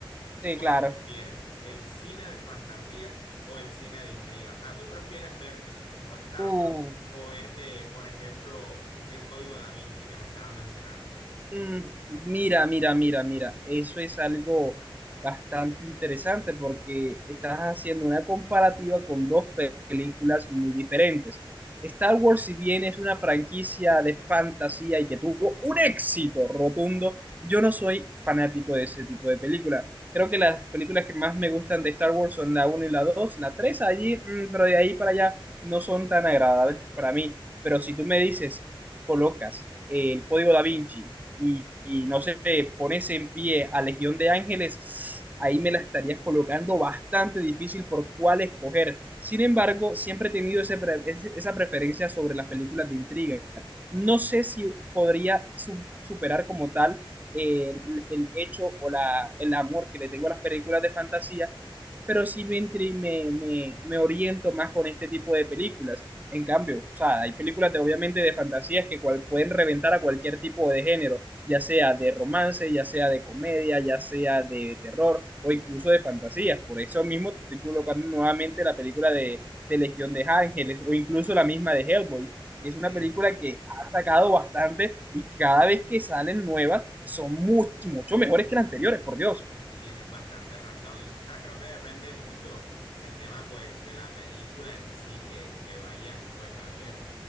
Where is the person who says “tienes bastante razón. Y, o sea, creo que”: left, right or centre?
Left